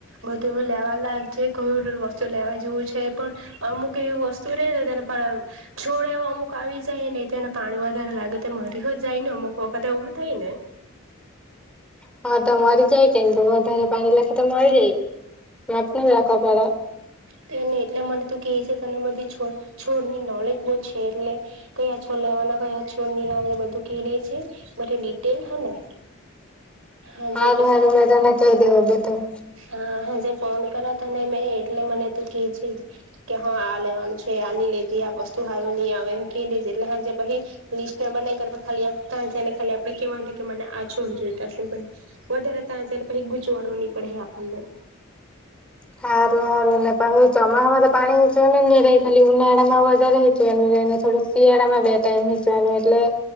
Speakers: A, on the right (about 80°); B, in the centre.
A: બધું લેવા લાગ જ કયુ વસ્તુ લેવા જેવું છે, પણ અમુક એવી વસ્તુ રેયને જેને પણ આમ છોડ એવો અમુક આવી જાયને તેને પાણી વધારે લાગે તેમા દહ જાય ને અમુકો કાથ એવુ થાયને
B: હા તો મરી જાય કેમ વધારે પાણી નાખે તો મરી જાય માપ મા નાખવા પડે
A: તોને એટલા મને તું કે છે તને બધી છોડ છોડ ની નોલેજ બહુ છે એટલે કયા છોડ લેવા ના ક્યાં છોડ ની લેવાના બધું કે દે છે બઘી ડિટેલ હ ને હાજે
B: હારું
A: પછી
B: હારું મેં તને કહી દેવું બધું
A: હા હાજે ફોન કરા તને મેં એટલે મને તું કે છે કે હા આ લેવાનું છે આની લેતી આ વસ્તુ સારું નહી આવે એમ ક દેજે એટલે હાંજે પછી લીસ્ટ બનાવી કળા તા જાયને ખાલી કેવાનું કે મને આ છોડ જોઈતાશે પછ વધારેતા છે પછી ગૂંચવાડો નહી પડે આપણને
B: હારું હારું નેપા હ ચમા હમા તો પાણી હઈ ન ન ર ખાલી ઉનાડામા બજાર હઈ ન થોડું શિયાળામાં બે ટાઈમ હીચવાનું એટલે